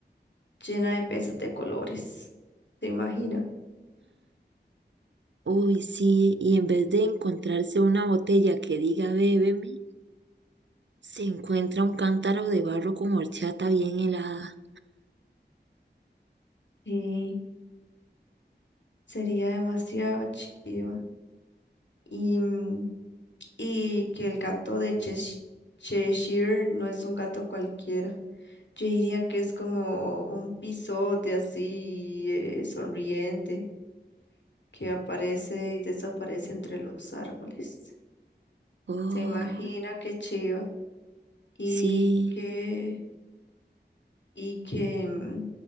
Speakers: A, on the left; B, on the right.
A: llena de peces de colores. ¿Te imaginas?
B: Uy, sí, y en vez de encontrarse una botella que diga bébeme, se encuentra un cántaro de barro con horchata bien helada.
A: Sí, sería demasiado chiva. Y mm, y que el gato de Chesh- Cheshire no es un gato cualquiera. Yo diría que es como un pisote así, eh, sonriente, que aparece y desaparece entre los árboles.
B: Oh,
A: Se imagina qué chiva y
B: sí,
A: que y que mm,